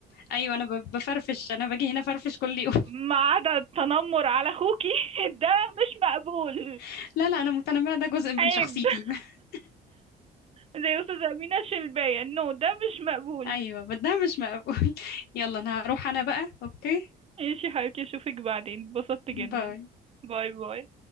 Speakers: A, on the left; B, on the right.
A: أيوة أنا ب- بفرفش أنا باجي هنا فرفش كل يوم
B: ما عدا التنمر على اخوكي <laughs> ده مش مقبول
A: <laughs> لا لا أنا متنمرة ده جزء من
B: عيب
A: شخصيتي
B: <laughs>
A: <laughs>
B: زي استاذة أمينة شلباية نو ده مش مقبول
A: أيوة بس ده مش مقبول <laughs> يلا أنا هروح أنا بقى أوكي
B: ماشي يا حبيبتي اشوفك بعدين اتبسطت جدا
A: باي
B: باي باي